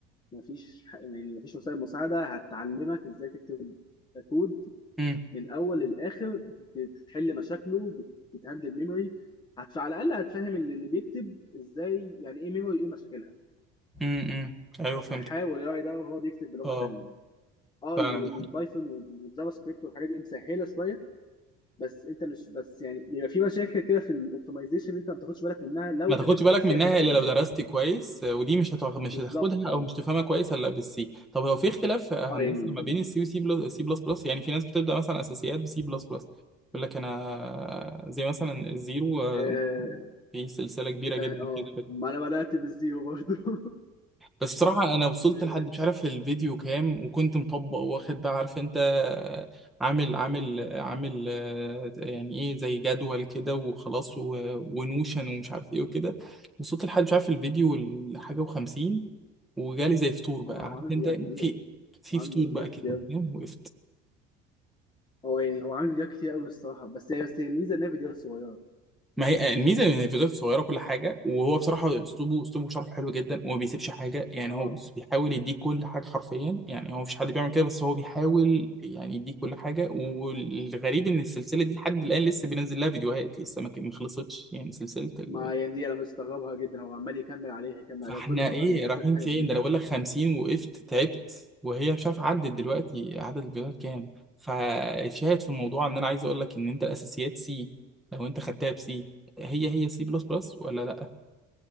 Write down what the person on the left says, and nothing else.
مفيش ح- يعني مفيش وسائل مساعده هتعلمك ازاي تكتب كود
من اول للاخر بتحل مشاكله بت- بتهندل ميموري هتف... على الاقل هتفهم اللي, اللي بيكتب ازاي يعني ايه ميموري ايه مشاكلها
فيحاول يراعي ده وهو بيكتب بلغه
تانيه اه
ال-
البايثون والجافا سكريبت والحاجات دي مسهله شويه بس انت مش بس يعني بيبقى في مشاكل كده في الاوبتمايزيشن انت ما بتاخدش بالك منها لو
كتبت
في سي
هتاخد
بالك
بالظبط
اه
اه يعني
اه
فا-
اه
ما انا بدات بالزيرو برضه <laughs>
يعني
هو عامل
فيديوهات كبيره
عامل
فيديوهات
كتير
هو يعني هو عامل فيديوهات كتير قوي الصراحه بس هي بس هي الميزه ان هي فيديوهات صغيره
اه
ما يعني دي انا مستغربها جدا هو عمال يكمل عليها يكمل
عليها وكل فتره
بينزل
حاجه
جديده